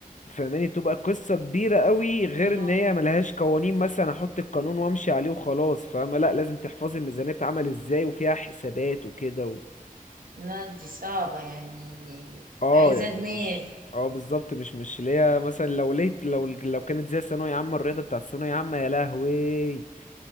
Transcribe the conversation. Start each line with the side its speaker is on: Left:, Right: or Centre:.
Left: فاهماني بتبقى قصة كبيرة قوي غير
Right: اه
Left: ان هي ملهاش قوانين مثلا احط القانون وامشي عليه وخلاص فاهمة لا لازم تحفظي الميزانية اتعمل ازاي وفيها حسابات وكده
Right: لا دي صعبة يعني
Left: اه
Right: عايزة
Left: يعني
Right: دماغ
Left: مش اه بالظبط مش مش اللي هي مثلا لو ليت لو لو كانت زي ثانوية عامة الرياضة بتاعت ثانوية عامة يا لهوي